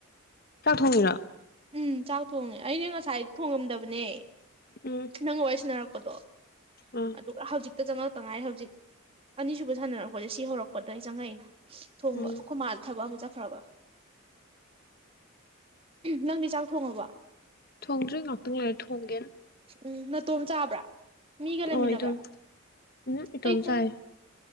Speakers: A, on the left (about 45°); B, on the right (about 25°).
A: ꯆꯥꯛ ꯊꯣꯡꯉꯤꯔꯣ
B: ꯎꯝ ꯆ ꯊꯣꯡꯉꯦ ꯑꯩꯅ ꯉꯁꯥꯏ ꯊꯣꯡꯉꯝꯗꯕ ꯑꯅꯦ
A: ꯎꯝ
B: ꯅꯪ ꯋꯥꯔꯤ ꯁꯅꯔꯛꯄꯗꯣ
A: ꯑꯥ
B: ꯑꯗꯨꯒ ꯍꯧꯖꯤꯛ ꯍꯦꯛꯇ ꯆꯪꯉꯛꯇ ꯉꯥꯏ ꯍꯧꯖꯤꯛ ꯑꯅꯤꯁꯨꯕ ꯁꯥꯟꯅꯔꯛꯄꯁꯦ ꯁꯤ ꯍꯧꯔꯛꯄꯗꯩ ꯆꯪꯉꯛꯏꯅꯦ ꯊꯣꯡꯕ
A: ꯎꯝ
B: ꯑꯩꯈꯣꯏ ꯃꯥ ꯊꯕꯛ ꯑꯃ ꯆꯠꯈ꯭ꯔꯕ ꯅꯪꯗꯤ ꯆꯥꯛ ꯊꯣꯡꯉꯕꯣ
A: ꯊꯣꯡꯗ꯭ꯔꯤ ꯉꯥꯛꯇꯪ ꯂꯩꯔ ꯊꯣꯡꯒꯦꯅ
B: ꯎꯝ ꯅꯥꯇꯣꯝ ꯆꯥꯕ꯭ꯔꯥ ꯃꯤꯒ ꯂꯩꯃꯤꯟꯅꯕ꯭ꯔꯥ
A: ꯑꯣ ꯏꯇꯣꯝ ꯎꯝ ꯏꯇꯣꯝ
B: ꯑꯩꯇꯣꯝ
A: ꯆꯥꯏ